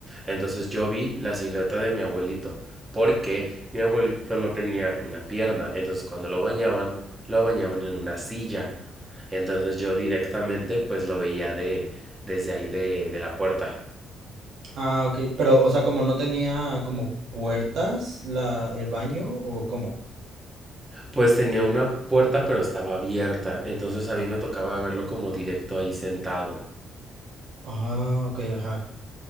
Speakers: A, on the right; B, on the right.
A: Entonces yo vi la silueta de mi abuelito, porque mi abuelito no tenía una pierna, entonces cuando lo bañaban, lo bañaban en una silla. Entonces yo directamente pues lo veía de, desde ahí de, de la puerta.
B: Ah, ok. Pero, o sea, como no tenía como puertas la, el baño o cómo.
A: Pues tenía una puerta, pero estaba abierta, entonces a mí me tocaba verlo como directo ahí sentado.
B: Ah, ok, ajá.